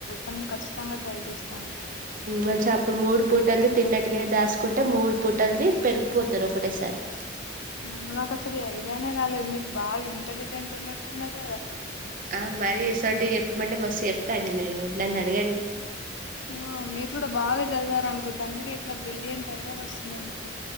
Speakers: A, on the left; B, on the right.
A: ఉండు ఖచ్చితంగా ట్రై చేస్తాను
B: మంచిగా అప్పుడు మూడు పూటని తిన్నట్టుగా దాసుకుంటే మూడు పూటలది పెరిగిపోతారు ఒకటేసారి
A: అవును నాకు అసలు ఐడియానే రాలేదు మీరు బాగా ఇంటెలిజెంట్ ఉన్నట్టున్నారుగా
B: ఆ మర ఇసువంటివి చెప్పమంటే మస్తు చెప్తాండి నేను నన్ను అడగండి
A: ఆ మీరు కూడా బాగా చదివారూ అనుకుంటే అందుకే ఇట్లా బ్రిలియంయంట్ ఐడియాలు వస్తున్నాయి మీకు